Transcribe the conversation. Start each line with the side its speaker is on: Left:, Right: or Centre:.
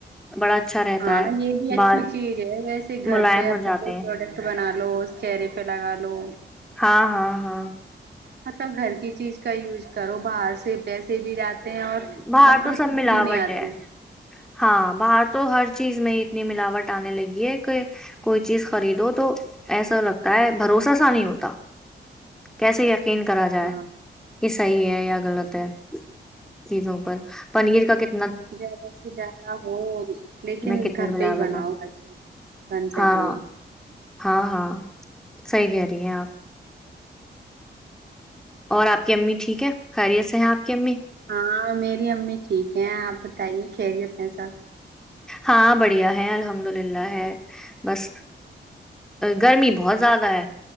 Centre: بڑا اچھا رہتا
Right: ہاں
Centre: ہے
Right: یہ بھی اچھی
Centre: بال
Right: چیز ہے ویسے گھر
Centre: ملائم
Right: پہ
Centre: ہو
Right: اپنا
Centre: جاتے
Right: کوئی
Centre: ہیں
Right: پروڈکٹ بنا رہا لو چہرے پہ لگا لو
Centre: ہاں ہاں ہاں
Right: مطلب گھر کی چیز کا یوز کرو باہر سے پیسے بھی جاتے ہیں اور
Centre: باہر
Right: مطلب
Centre: تو
Right: سدھ
Centre: سب ملاوٹ
Right: بھی نہیں آتی
Centre: ہے ہاں باہر تو ہر چیز میں اتنی ملاوٹ آنے لگی ہے کہ کوئی چیز خریدو تو ایسا لگتا ہے بھروس سا نہیں ہوتا کیسے ین کرا جائے
Right: ہاں
Centre: <unintelligible> یہ صحی ہے یا غلط ہے چیزوں پر پنیر کا کت
Right: زیادہ سے زیادہ ہو لیکن
Centre: میں کتنی
Right: گھر
Centre: ملاوٹ
Right: پہ ہی بناؤ
Centre: ہے
Right: ہر چیز بن سکے
Centre: ہاں
Right: وہ
Centre: ہاں ہاں صحیح کہہ رہی ہیں آپ اور آپ کی امی ٹھیک ہے خیریت سے ہیں آپ کی امی
Right: ہاں میری امی ٹھیک ہے آپ بتائیے خیریت ہیں سب
Centre: ہاں بڑھیا ہے الحمد للہ ہے بس گرمی بہت زیادہ ہے